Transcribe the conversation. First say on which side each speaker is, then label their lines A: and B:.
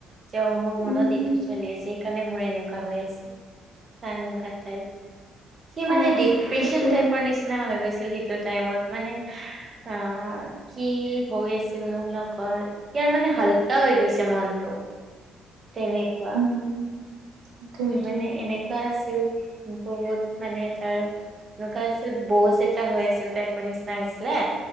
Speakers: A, on the right (about 40°); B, on the right (about 85°).
A: যে অ' মোৰ মনত
B: উম উম হম
A: এইটো চলি আছে। সেকাৰণে মোৰ এনেকুৱা হৈ আছে, বা এনেকোৱা টাইপ। সি মানে
B: অ
A: ডিপ্ৰেচন
B: সেইটোৱে
A: টাইপৰ নিচিনা হৈ গৈছিল সেইটো টাইমত, মানে আ কি হৈ আছিল মোৰ লগত, এতিয়া মানে হাল্কা হৈ গৈছে মনটো। তেনেকুৱা
B: উম সেইটোৱে
A: মানে এনেকুৱা আছিল বহুত মানে তাৰ এনেকুৱা আছিল বজ এটা হৈ আছিল টাইপৰ নিচিনা হৈছিলে